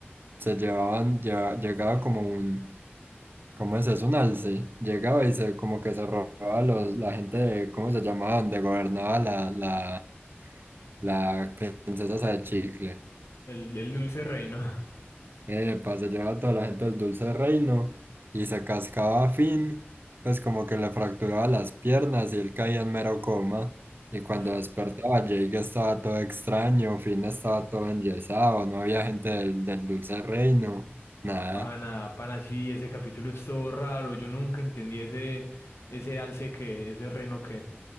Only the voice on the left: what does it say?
El, el Dulce Reino. <laughs>
Uf,
pana, pana, sí, ese capítulo es todo raro. Yo nunca entendí ese, ese alce que, ese reno que.